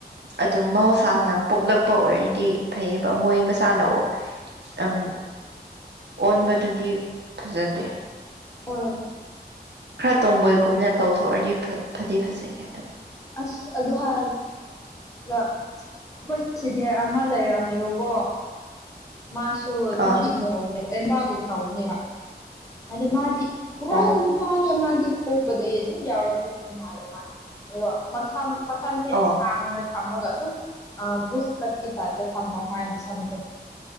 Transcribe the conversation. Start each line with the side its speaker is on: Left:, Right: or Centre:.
Right: ꯑꯗꯨꯝ ꯃꯍꯧꯁꯥꯅ ꯄꯣꯛꯂꯛꯄ ꯑꯣꯏ ꯑꯣꯏꯔꯗꯤ ꯐꯩꯌꯦꯕ ꯃꯣꯏ ꯃꯁꯥꯟꯅꯑꯣ ꯑꯪ ꯑꯣꯟꯕꯗꯨꯗꯤ ꯐꯖꯗꯦ
Left: ꯍꯣꯏ
Right: ꯈꯔ ꯇꯣꯝꯕꯣꯏꯒꯨꯝꯅ ꯇꯧꯊꯣꯛꯑꯗꯤ ꯐꯗꯤ ꯐꯖꯩ ꯑꯗꯨꯕꯨ
Left: ꯑꯁ ꯑꯗꯨ ꯍꯥꯏꯔꯒꯦ ꯑꯗꯨꯒ ꯑꯩꯈꯣꯏ ꯁꯤꯅꯤꯌꯔ ꯑꯃ ꯂꯩꯔꯝꯃꯦꯕꯀꯣ ꯃꯥꯁꯨ
Right: ꯑꯥ
Left: ꯅꯨꯄꯤꯒꯨꯝꯅ ꯇꯧꯕꯅꯦꯕ ꯅꯨꯄꯥꯒꯨꯝꯅ ꯇꯧꯕꯅꯦꯕ ꯑꯗꯨ ꯃꯥꯗꯤ ꯔꯜ
Right: ꯑꯣ
Left: ꯅꯨ ꯐꯅꯦ ꯃꯥꯗꯤ ꯄꯣꯛꯄꯗꯒꯤ ꯑꯗꯨꯝ ꯌꯥꯎꯔꯛꯄꯁꯨ ꯃꯥꯜꯂꯦ ꯃꯥꯂ ꯑꯗꯨꯒ ꯃꯁꯝ ꯃꯁꯝꯁꯦ
Right: ꯑꯣ
Left: ꯁꯥꯡꯅ ꯊꯝꯃꯒ ꯑꯗꯨꯝ ꯑ ꯋꯨꯐ ꯀꯠꯈꯤ ꯇꯥꯗ ꯊꯝꯕ ꯃꯥꯏ ꯃꯁꯝꯗꯣ